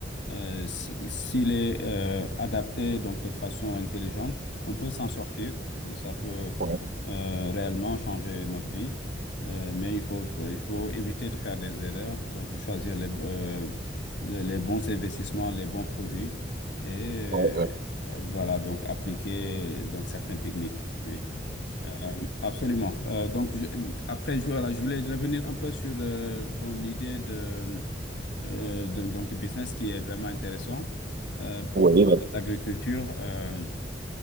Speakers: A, on the left; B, on the right.
A: Euh, si- s'il est euh, adapté donc de façon intelligente, on peut s'en sortir. Ça peut
B: oui,
A: euh, réellement changer notre vie, Euh, mais il faut, il faut éviter de faire des erreurs, donc choisir les, euh, les, les bons investissements, les bons produits et
B: oui,
A: euh, voilà, donc appliquer donc certaines techniques. Oui. Euh, absolument. Euh, donc je- après, je, voilà, je voulais revenir un peu sur euh, ton idée de euh, de- donc du business qui est vraiment intéressant euh, pour
B: oui,
A: euh,
B: oui,
A: l'agriculture. euh,